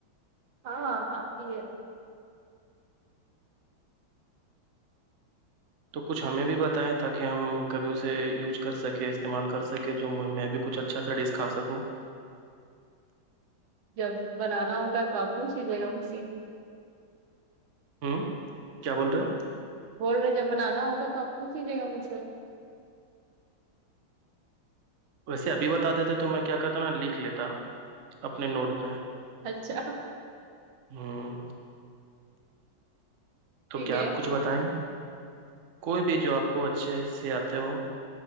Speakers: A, on the right; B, on the right.
A: ہاںاں ہاں بھی
B: تو کچھ ہمیں بھی بتائائے تاکہ ہم کبھی اسے یوز کر سکے استعمال کر سکے جو میں بھی کچھ اچھا سا ڈس کا سکو
A: جب بنانا ہوگا تو آپ کو س جے گا مے
B: ہوں کیا بول رہے ہیں
A: بول رہے جب بنانا ہوگا تو آپ پوچھ لیجیےا مجھ پ سے
B: ویسے ابھی بتا دیتے تو میں کیا کہتا نا لکھ لیتا اپنے نوٹ پہ
A: اچھا
B: ہاں
A: ٹھیک
B: تو کیا
A: ہے
B: آپ کچھ بتائیں گے کوئی بھی جو آپ کو اچھے سے آتے ہو